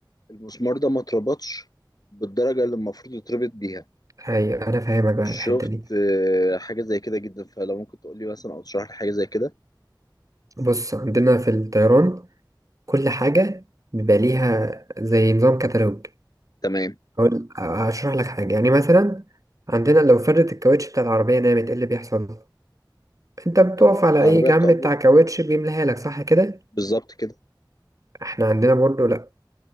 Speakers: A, on the left; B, on the right.
A: المسمار ده ما اتربطش بالدرجة اللي المفروض يتربط بيها
B: أيوة أنا فاهمك بقى
A: شفت
B: الحتة دي
A: آه، حاجة زي كده جدا فلو ممكن تقول لي مثلا أو تشرح لي حاجة زي كده
B: بص عندنا في الطيران كل حاجة بيبقى ليها زي نظام كتالوج
A: تمام
B: هقول هشرح لك حاجة يعني مثلا عندنا لو فردت الكاوتش بتاع العربية نامت إيه اللي بيحصل؟ أنت بتقف
A: آه،
B: على
A: العربية
B: أي جنب
A: بتقف
B: بتاع كاوتش بيملاها لك صح كده؟
A: بالظبط كده
B: احنا عندنا برضو لا